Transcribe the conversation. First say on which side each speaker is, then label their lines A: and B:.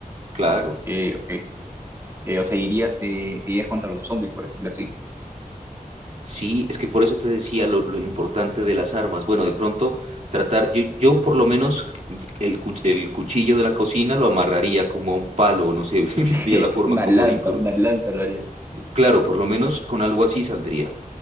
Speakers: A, on the right; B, on the right.
A: Claro.
B: no, Ok, ok. Eh, o sea, irías, de- te irías contra los zombies, por decirlo así.
A: Sí, es que por eso te decía lo, lo importante de las armas. Bueno, de pronto tratar, yo, yo por lo menos el, cuch- el cuchillo de la cocina lo amarraría como a un palo, no sé, <laughs>
B: <laughs>
A: vería la forma
B: Una
A: como
B: lanza,
A: de incru-
B: una lanza lo harías.
A: Claro, por lo menos con algo así saldría.